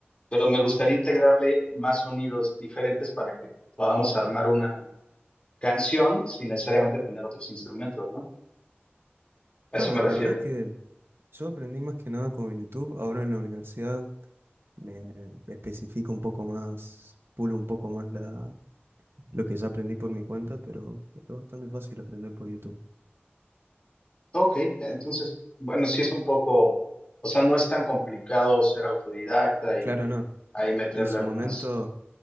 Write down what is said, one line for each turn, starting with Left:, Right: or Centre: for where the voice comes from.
Left: Pero me gustaría integrarle más sonidos diferentes para que podamos armar una canción sin necesariamente tener otros instrumentos, ¿no? A
Right: Ah,
Left: eso me refiero.
Right: la verdad que yo aprendí más que nada con YouTube. Ahora en la universidad me especifico un poco más, pulo un poco más la, lo que ya aprendí por mi cuenta, pero es bastante fácil aprender por YouTube.
Left: Ok, entonces, bueno, sí es un poco, o sea, no es tan complicado ser autodidacta y
Right: Claro, no.
Left: ahí meterle
Right: En su
Left: algunas.
Right: momento,